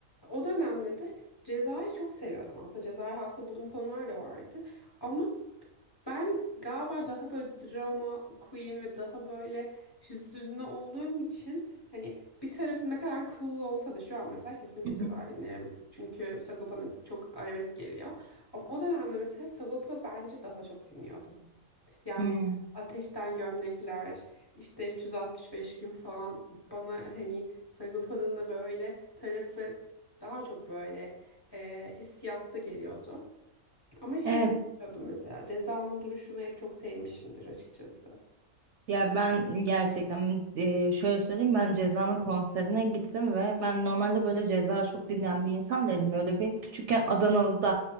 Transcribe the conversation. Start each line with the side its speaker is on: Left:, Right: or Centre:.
Left: O dönemde de Ceza'yı çok seviyordum aslında. Ceza'yı haklı bulduğum konular da vardı. Ama ben galiba daha böyle drama queen ve daha böyle hüzünlü olduğum için hani bir tarafım ne kadar cool olsa da şu an mesela kesinlikle
Right: <laughs>
Left: ceza dinlerim. Çünkü Sagopa'nın çok arabesk geliyor. Ama o dönemde mesela Sagopa bence daha çok dinliyordum. Yani
Right: Hmm.
Left: Ateşten Gömlekler, işte 365 gün falan bana hani Sagopa'nın da böyle tarafı daha çok böyle e, hissiyatlı geliyordu. Ama şeyi
Right: Evet.
Left: seviyordum mesela. Ceza'nın duruşunu hep çok sevmişimdir açıkçası.
Right: Ya ben gerçekten e, şöyle söyleyeyim ben Ceza'nın konserine gittim ve ben normalde böyle Ceza çok dinleyen bir insan değilim. Böyle bir küçükken Adanalı'da